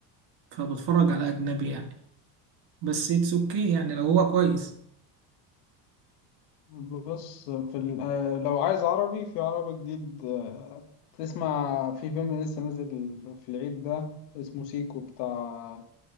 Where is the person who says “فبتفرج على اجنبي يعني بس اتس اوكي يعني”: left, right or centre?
Right